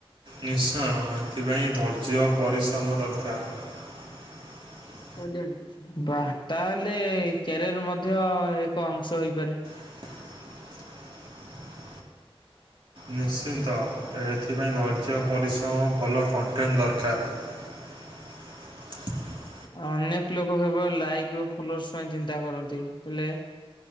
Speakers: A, on the right; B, on the left.
A: ନିଶ୍ଚୟ ଏଥିପାଇଁ ଧୈର୍ଯ୍ୟ ପରିଶ୍ରମ ଦରକାର। <inaudible>
B: <unintelligible> ତାଏଲେ କ୍ୟାରିୟର ମଧ୍ୟ ଏକ ଅଂଶ ହୋଇପାରେ।
A: <inaudible> ନିଶ୍ଚିନ୍ତ ଏଥିପାଇଁ ଧୈର୍ଯ୍ୟ ପରିଶ୍ରମ ଭଲ କଣ୍ଟେଣ୍ଟ ଦରକାର। <inaudible>
B: ଅନେକ ଲୋକ କେବଳ ଲାଇକ୍ ଓ ଫଲୋର୍ସ ପାଇଁ ଚିନ୍ତା କରନ୍ତି ହେଲେ